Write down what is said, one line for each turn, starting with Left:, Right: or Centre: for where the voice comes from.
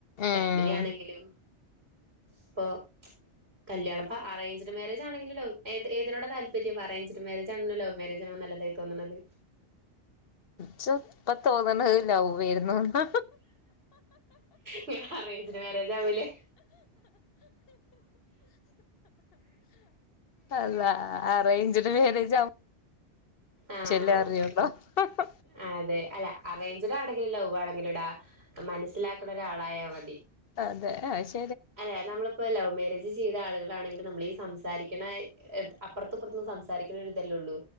Left: ഉം
Right: ഫാമിലി ആണെങ്കിലും ഇപ്പൊ. കല്യാണപ്പ അറേഞ്ച്ഡ് മേരേജ് ആണെങ്കിലും ഏത് ഏതിനോട താല്പര്യം അറേഞ്ച്ഡ് മേരേജ് ആണോ ലവ് മേരേജ്. ജാണോ നല്ലതായി തോന്നണത്.
Left: ച്ചൊ ഇപ്പ തോന്നണ് ലവ്വായിരുന്നോന്ന്.
Right: നിങ്ങള് അറേഞ്ച്ഡ് മേരേജാവുലേ.
Left: അള്ളാഹ് അറേഞ്ച്ഡ് മേരേജ് ആവു
Right: ആഹ്
Left: <inaudible>
Right: അതെ അല്ല അറേഞ്ച്ഡ് ആണെങ്കിലും ലവ്വാണെങ്കിലും ടാ മനസ്സിലാക്കണ ഒരാളായ മതി
Left: അതെ അയ്ശ്
Right: അല്ലെ നമ്മളിപ്പോ ലവ് മേരേജ് ചെയ്ത ആളുകളാണെങ്കിലും നമ്മളീ സംസാരിക്കണ അപ്പുറത്തിപ്പറത്തുന്ന് സംസാരിക്കുന്ന ഒരിതല്ലേ ഉള്ളൂ